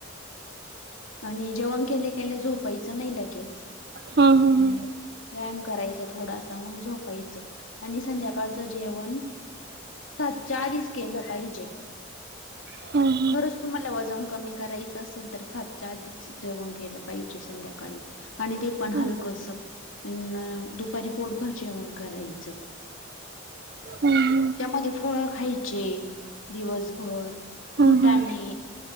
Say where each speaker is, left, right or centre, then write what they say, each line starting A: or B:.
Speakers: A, on the left; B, on the right.
A: आणि जेवण केल्या केल्या झोपायचं नाही लगेच
B: हां हां हां
A: व्यायाम करायचा थोडासा मग झोपायचं आणि संध्याकाळचं जेवण सातच्या आधीच केलं पाहिजे
B: हां
A: खरंच तुम्हाला वजन कमी करायचं असेल तर सातच्या आधीच जेवण केलं पाहिजे संध्याकाळी आणि ते पण
B: हम्म.
A: हलकंस अन दुपारी पोटभर जेवण करायचं <inaudible>
B: हम्म
A: त्यामध्ये फळ खायची दिवसभर
B: हम्म,
A: फुटाणे
B: हम्म,